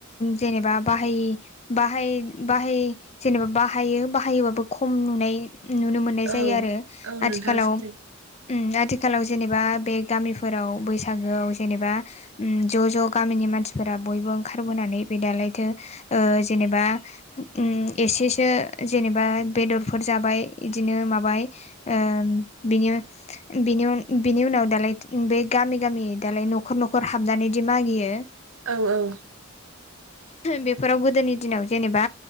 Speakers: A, on the left; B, on the right.
A: जेनेबा बाहाय बाहाय बाहाय जेनेबा बाहायो बाहायोबाबो खम नुनाय नुनो मोननाय जायो
B: औ
A: आरो
B: औ
A: आथिखालाव
B: नोंथां सैथो
A: उम आथिखालाव जेनेबा बे गामिफोराव बैसागोआव जेनेबा ज' ज' गामिनि मानसिफोरा बयबो ओंखारबोनानै बे दालायथो जेनेबा उम एसेसो जेनेबा बेदरफोर जाबाय बिदिनो माबाय ओम बिनिनो बिनि बिनि उनाव दालाय बे गामि गामि दालाय न'खर न'खर हाबनानैदि मागियो
B: औ औ
A: बेफोराव गोदोनि दिनाव जेनेबा